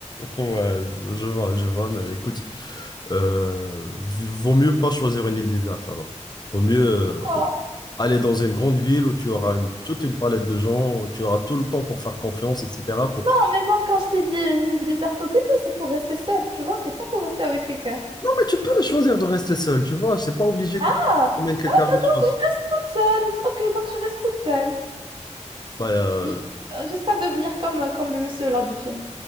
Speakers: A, on the left (about 35°); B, on the right (about 45°).
A: Ouais, je, je vois, je vois, mais écoute, euh, v- vaut mieux pas choisir une île déserte alors. Vaut mieux
B: Pourquoi?
A: euh, aller dans une grande ville où tu auras une- toute une palette de gens, où tu auras tout le temps pour faire confiance, etc., pour,
B: Non, mais moi quand je t'ai dit une île déserte au début, c'est pour rester seule, tu vois, c'est pas pour rester avec quelqu'un.
A: Non, mais tu peux choisir de rester seul, tu vois. C'est pas obligé que tu
B: Ah,
A: emmènes quelqu'un
B: Euh,
A: avec toi.
B: Donc, je reste toute seule. Ok, donc je reste toute seule.
A: Bah, euh,
B: J- euh, Jusqu'à devenir comme, euh, comme le monsieur là du film.